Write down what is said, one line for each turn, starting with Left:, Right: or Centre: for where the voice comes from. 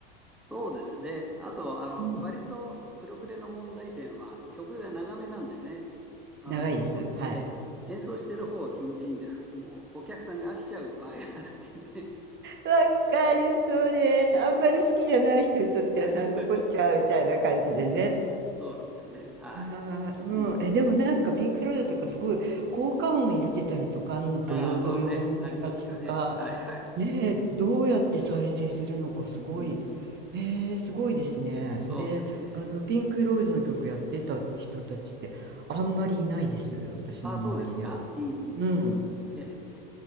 Centre: そうですね。あと、あの、
Right: うん、
Centre: 割とプログレの問題点は曲が長めなんでね。あの、
Right: 長いです。はい。
Centre: ええ、演奏してる方は気持ちいいんですけども、お客さんが飽きちゃう場合があるっていうね。
Right: わかる、それ。あんまり好きじゃない人にとっては何のこっちゃみたいな感じでね。
Centre: <laughs> そうなんですね。はい。
Right: はい、うん、
Centre: うん、
Right: え、でもなんかピンク・フロイドとかすごい効果音入れてたりとか、あのドヨドヨンって感じとか、
Centre: ああ、そうね。ありますよね。はいはい。
Right: ねえ、どうやって再生するのかすごい、
Centre: うんうん、
Right: えー、すごいですね。それ、
Centre: そうですね。
Right: あのピンク・フロイドの曲やってた人たちってあんまりいないです、私の周りでは。
Centre: ああ、そうですか。うんうんうん。
Right: うん、
Centre: ええ。